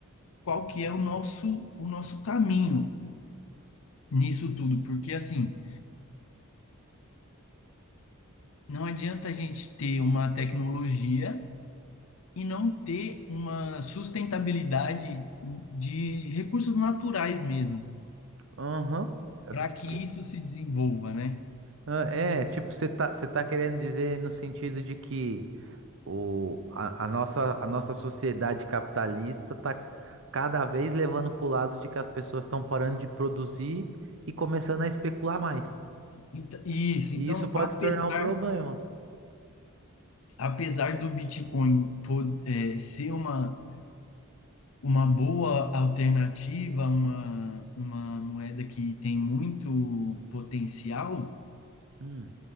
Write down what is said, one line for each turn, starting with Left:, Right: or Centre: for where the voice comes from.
Left: qual que é o nosso o nosso caminho nisso tudo, porque assim, não adianta a gente ter uma tecnologia e não ter uma sustentabilidade de recursos naturais mesmo,
Right: Aham. É,
Left: para que
Right: que-
Left: isso se desenvolva, né?
Right: ah, é, tipo, você tá, você tá querendo dizer no sentido de que. O, a, a nossa, a nossa sociedade capitalista está cada vez levando para o lado de que as pessoas estão parando de produzir e começando a especular mais.
Left: Ent- Isso,
Right: E
Left: então,
Right: isso pode
Left: apesar,
Right: se tornar um problema.
Left: apesar do Bitcoin pod- eh, ser uma uma boa alternativa, uma, uma moeda que tem muito potencial,
Right: Hum.